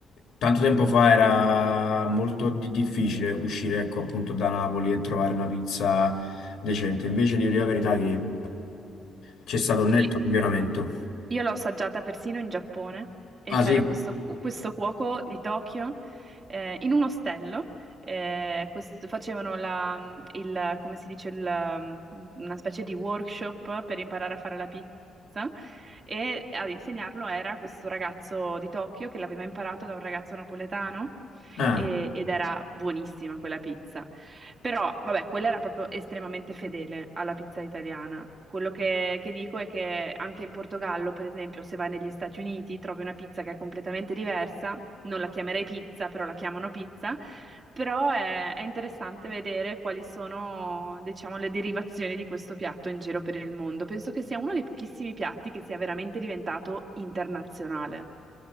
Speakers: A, on the left (about 75°); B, on the right (about 40°).
A: Tanto tempo fa era molto di- difficile uscire ecco appunto da Napoli e trovare una pizza decente, invece devo dire la verità che c'è stato un netto
B: lì.
A: miglioramento.
B: Io l'ho assaggiata persino in Giappone e
A: Ah
B: c'era
A: sì?
B: questo, questo cuoco di Tokyo eh, in un ostello. eh, questo- facevano la, il, come si dice, il- mm, una specie di workshop per imparare a fare la pizza e ad insegnarlo era questo ragazzo di Tokyo che l'aveva imparato da un ragazzo napoletano
A: Ah.
B: e- ed era buonissima quella pizza. Però, vabbè, quella era proprio estremamente fedele alla pizza italiana. Quello che, che dico è che anche in Portogallo, per esempio, se vai negli Stati Uniti, trovi una pizza che è completamente diversa. Non la chiamerei pizza, però la chiamano pizza. Però è, è interessante vedere quali sono, diciamo, le derivazioni di questo piatto in giro per il mondo. Penso che sia uno dei pochissimi piatti che sia veramente diventato internazionale.